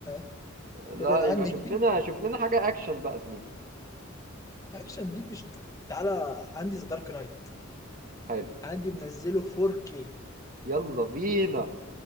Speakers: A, on the left; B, on the right.
A: <laughs>
B: لا
A: ابعد عني
B: يبقى شوف لنا شوف لنا حاجه اكشن بقى زميلي
A: <laughs> اكشن دي مش تعالى عندي ذا دارك نايت
B: حلو
A: عندي منزله 4K
B: يلا بينا